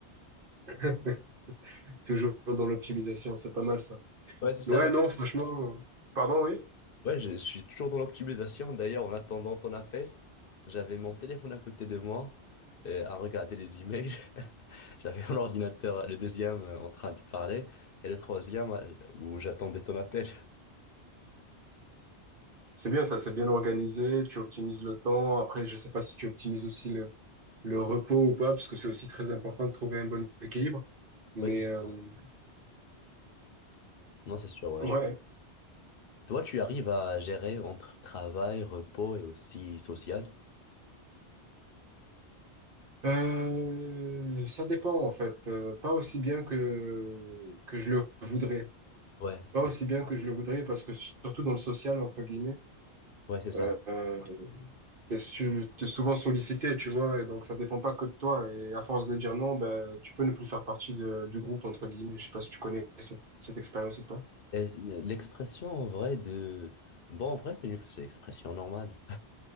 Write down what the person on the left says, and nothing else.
Ouais, c'est ça,
ouais.
Ouais, je, je suis toujours dans l'optimisation. D'ailleurs, en attendant ton appel, j'avais mon téléphone à côté de moi, euh, à regarder les emails. <laughs> J'avais mon ordinateur, le deuxième, euh, en train de parler, et le troisième, euh, où j'attendais ton appel.
Ouais, c'est
ça. Non, c'est sûr, ouais.
je- Toi, tu arrives à gérer entre travail, repos et aussi social?
Ouais,
c'est
ouais, c'est ça.
Et L'expression en vrai de... Bon, en vrai, c'est une c'est une expression normale.